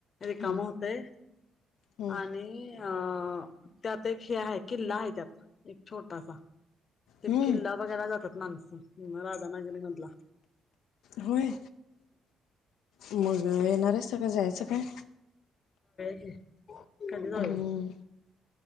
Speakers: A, on the left; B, on the left.
A: काम
B: हम्म
A: होतय
B: हम्म
A: आणि अ त्यात एक हे आहे किल्ला आहे त्यात एक छोटासा ते
B: हम्म
A: किल्ला वगैर जातात माणसं राधा नागरी मधला
B: होय मग ना बर सगं जायच काय
A: हम् क नले
B: हम्म
A: <inaudible>